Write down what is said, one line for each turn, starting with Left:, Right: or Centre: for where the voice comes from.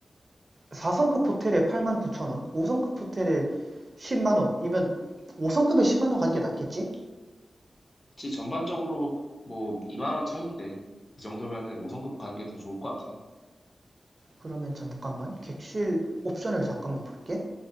Right: 4성급 호텔에 8만 9천 원, 5성급 호텔에 10만 원이면 5성급에 10만 원 간 게 낫겠지?
Left: 그치, 전반적으로 뭐 2만 원 차이인데 그 정도면은 5성급 가는 게 더 좋을 것 같아.
Right: 그러면 잠깐만 객실 옵션을 잠깐만 볼게.